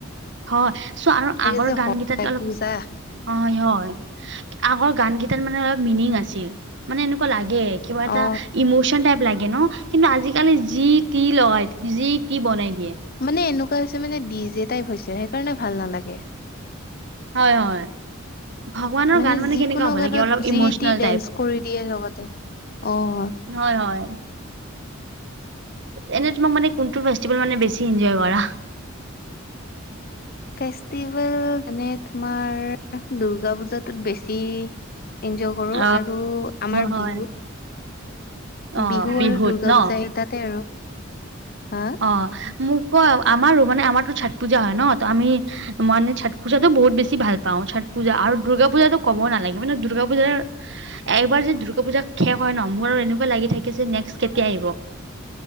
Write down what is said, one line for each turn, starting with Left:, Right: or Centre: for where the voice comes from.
Right: হয়, চোৱা আৰু আগৰ
Left: যে
Right: গানগেটাত
Left: হয়
Right: অলপ
Left: পূজা
Right: অয় হয়। আগৰ গান গেটাত মানে অলপ মিনিং আ'ছে। মানে এনেকুৱা লাগে, কিবা এটা
Left: অ
Right: ইমোচন টাইপ লাগে ন! কিন্তু আজি-কালি যি-টি লগাই, যি-টি বনাই দিয়ে।
Left: মানে এনেকুৱা হৈছে মানে ডি'জে টাইপ হৈছে, সেইকাৰণে ভাল নালাগে।
Right: হয় হয়। ভগৱানৰ
Left: মানে
Right: গান
Left: যিকোনো
Right: কেনেকা হ'ব
Left: গানত
Right: লাগে অলপ
Left: যি-টি
Right: ইম'চনেল
Left: ডেন্স
Right: টাইপ
Left: কৰি দিয়ে লগতে। অঁহ হয়।
Right: হয় হয়। এনে তোমাক মানে কোনটো ফেষ্টিভেল মানে বেছি এনজয় কৰা?
Left: ফেষ্টিভেল মানে তোমাৰ দুৰ্গা পূজাটোত বেছি এনজয় কৰোঁ
Right: অ
Left: আৰু আমাৰ
Right: হয়
Left: বিহুত
Right: অ
Left: বিহু
Right: বিহুত
Left: আৰু দুৰ্গা
Right: ন
Left: পূজা এই তাতে আৰু। হা?
Right: অঁ মোক ক আমাৰো মানে আমাৰটো চত পূজা হয় ন ত' আমি মানে চত পূজাতো বহুত বেছি ভাল পাওঁ, চত পূজা আৰু দুৰ্গা পূজাটো ক'ব নালাগে মানে দুৰ্গা পূজাৰ একবাৰ যদি দুৰ্গা পূজা শেষ হয় ন মোৰ আৰু এনেকুৱা লাগি থাকে যে নেক্সট কেতিয়া আহিব।